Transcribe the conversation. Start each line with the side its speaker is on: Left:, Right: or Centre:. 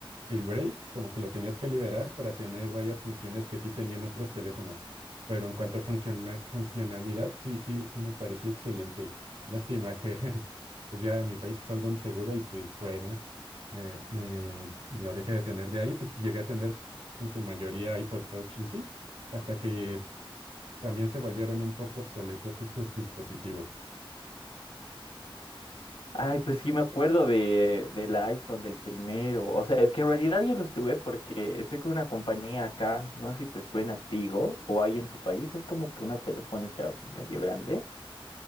Right: El break, como que lo tenías que liberar para tener varias funciones que sí tenían otros teléfonos. Pero en cuanto a funciona- funcionalidad, sí, sí, sí me parecía excelente. Lástima que <laughs> pues ya en mi país es algo inseguro y pues bueno eh, eh, no dejé de tener de ahí, pues llegué a tener en su mayoría iPod Touch y sí, hasta que es- también se volvieron un poco obsoletos estos dispositivos.
Left: Ay, pues sí me acuerdo de, del iPhone, del primero. O sea, es que en realidad yo los tuve porque estoy con una compañía acá, no sé si te suena Tigo o hay en tu país, es como que una telefónica medio grande.